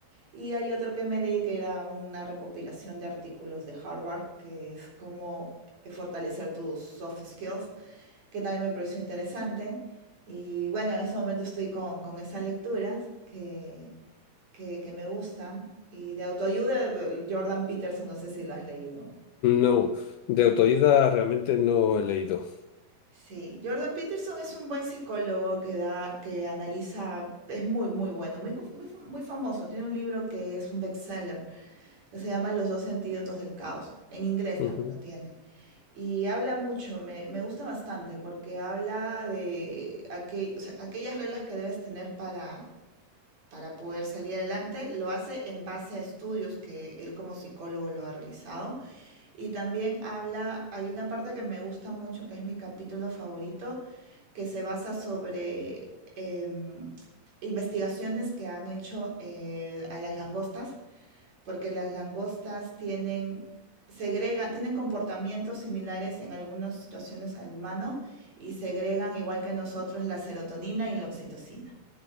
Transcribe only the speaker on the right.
Y hay otro que me leí que era una recopilación de artículos de Harvard, que es cómo fortalecer tus soft skills, que también me pareció interesante. Y bueno, en este momento estoy con, con esas lecturas que que, que me gustan. Y de autoayuda, eh, Jordan Peterson, no sé si lo has leído.
Sí, Jordan Peterson es un buen psicólogo que da, que analiza, es muy, muy bueno, muy, muy, fa- muy famoso. Tiene un libro que es un bestseller, que se llama Los dos antídotos del caos. En inglés
también lo tiene. Y habla mucho, me, me gusta bastante, porque habla de aquel- o sea, aquellas reglas que debes tener para, para poder salir adelante. Lo hace en base a estudios que él como psicólogo lo ha realizado Y también habla, hay una parte que me gusta mucho, que es mi capítulo favorito, que se basa sobre em, investigaciones que han hecho eh, a las langostas, porque las langostas tienen, segregan, tienen comportamientos similares en algunas situaciones al humano y segregan, igual que nosotros, la serotonina y la oxitocina.